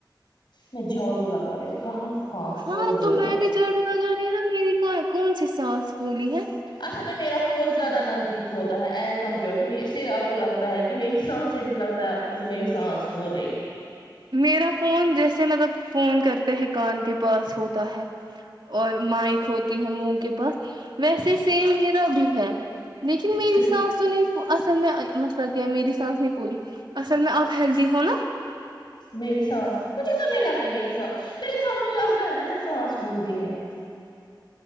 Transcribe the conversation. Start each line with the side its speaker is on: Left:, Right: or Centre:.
Left: میں جھاڑو لگا رہی ہوں کہاں سانس
Right: ہاں
Left: پھول رہی
Right: تو میں
Left: ہے
Right: بھی جھاڑو لگا رہے نا میری کو کون سی سانس پھولی ہے
Left: اصل میں میرا فون زیادہ نزدیک ہوتا ہے ایز کمپیئر ٹو اس سے آپ کو لگتا ہے کہ میری سانس سے بھی لگ آپ کو کہ میری سانس پھول رہی ہے
Right: میرا فون جیسے مطلب فون کرتے ہیں کان کے پاس ہوتا ہے اور مائک ہوتی ہے منہ کے پاس ویسے سیم میرا بھی ہے لیکن میری
Left: پھر
Right: سانس تو نہیں اصل میں مسئلہ کیا ہے میری سانس نہیں پھولی اصل میں آپ ہیلدی ہو نا
Left: میری سانس مجھے تو نہیں لگتا میری سانس پھر انسان کو لگتا ہے نا جب سانس پھولتی ہے